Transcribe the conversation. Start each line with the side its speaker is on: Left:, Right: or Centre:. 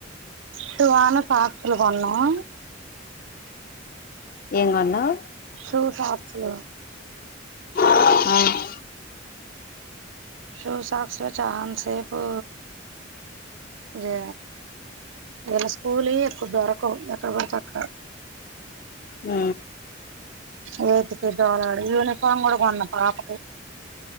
Right: సువనా సాక్సులు కొన్నావ్
Left: ఏం కొన్నావ్
Right: షూ సాక్సులు
Left: ఆ
Right: షూ సాక్స్ లే చాన్సేపు ఇదే వీళ్ళ స్కూల్ వి ఎక్కువ దొరకవు ఎక్కడ బడితే అక్కడ
Left: మ్మ్
Right: వేతికి దోలాడు యూనిఫామ్ కూడా కొన్న పాపకి